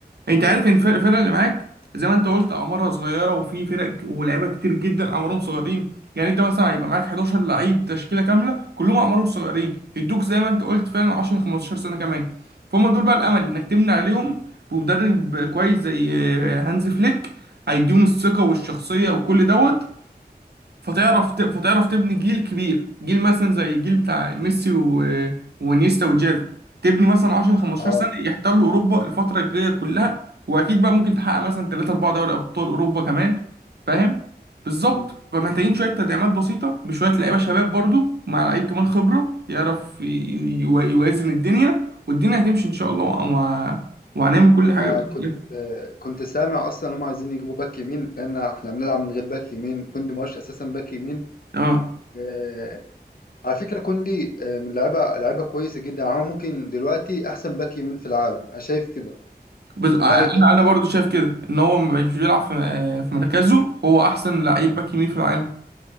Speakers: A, on the right; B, on the left.
A: انت عارف ان الفرق- الفرقه اللي معاك زي ما انت قلت اعمارها صغيره وفي فرق ك- ولاعيبه كتير جدا اعمارهم صغيرين يعني انت مثلا هيبقى معاك 11 لعيب تشكيله كامله كلهم اعمارهم صغيرين يدوك زي ما انت قلت فعلا 10 15 سنه كمان فهم دول بقى الامل انك تبني عليهم بمدرب كويس زي آه، هانز فليك هيديهم الثقه والشخصيه وكل دوت فتعرف
B: مم.
A: ت... فتعرف تبني جيل كبير جيل مثلا زي الجيل بتاع ميسي و... ونيستا وجافي تبني مثلا 10 15
B: اه
A: سنة يحتلوا أوروبا الفترة الجاية كلها وأكيد بقى ممكن تحقق مثلا 3 4 دوري أبطال أوروبا كمان فاهم بالظبط
B: مم.
A: فمحتاجين شوية تدعيمات بسيطة بشوية لعيبة شباب برضو مع لعيب كمان خبرة يعرف ي... يو- يوازن الدنيا والدنيا هتمشي إن شاء الله و... وهنعمل كل
B: انا
A: حاجة بإذن
B: كنت
A: الله.
B: آه، كنت سامع اصلا هم عايزين يجيبوا باك يمين لان احنا بنلعب من غير باك يمين كوندي ماش اساسا باك يمين
A: اه
B: آه، على فكرة كوندي آه، من لعيبة لعيبة كويسة جدا يعني هو ممكن دلوقتي احسن باك يمين في العالم انا شايف كده
A: بز... انا
B: من رأيي كوندي
A: انا برضو شايف كده ان هو ما بقاش بيلعب في آه، في مركزه هو احسن لعيب باك يمين في العالم